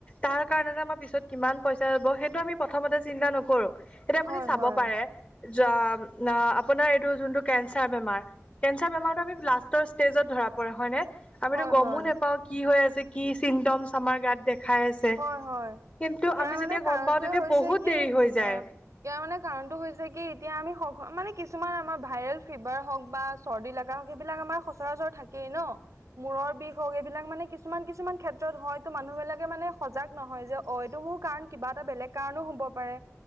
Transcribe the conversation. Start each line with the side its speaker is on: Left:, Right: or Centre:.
Left: তাৰ কাৰণে যে আমাৰ পিছত কিমান পইচা যাব সেইটো আমি প্ৰথমতে চিন্তা নকৰোঁ। এতিয়া আপুনি
Right: হয়
Left: চাব
Right: হয়
Left: পাৰে আপোনাৰ যো-না-এইটো যোনটো কেঞ্চাৰ বেমাৰ কেন্সাৰ বেমাৰটো আমি লাষ্টৰ ষ্টেজত ধৰা পৰে হয় নে? আমিতো
Right: হয়
Left: গমো
Right: হয়
Left: নেপাও কি হৈ আছে কি চিমটমচ আমাৰ গাত দেখাই আছ
Right: হয় হয়
Left: কিন্তু
Right: ইয়াৰ
Left: আমি
Right: মানে
Left: যেতিয়া
Right: কাৰণটোৱে
Left: গম পাওঁ তেতিয়া
Right: হৈছে
Left: বহুত
Right: কি
Left: দেৰি
Right: এ
Left: হৈ যায়।
Right: ইয়াৰ মানে কাৰণো হৈছে কি এতিয়া আমি স মানে কিছুমান আমাৰ ভাইৰেল ফিভাৰ হওক বা চৰ্দি লগা হওক সেইবিলাক আমাৰ সচৰাচৰ থাকেই ন? মূৰৰ বিষ হওক এইবিলাক মানে কিছুমান কিছুমান ক্ষেত্ৰত হয়তো মানুহ বিলাকে মানে সজাগ নহয় যে অ', এইটো মোৰ কাৰণ কিবা এটা বেলেগ কাৰণো হ'ব পাৰে।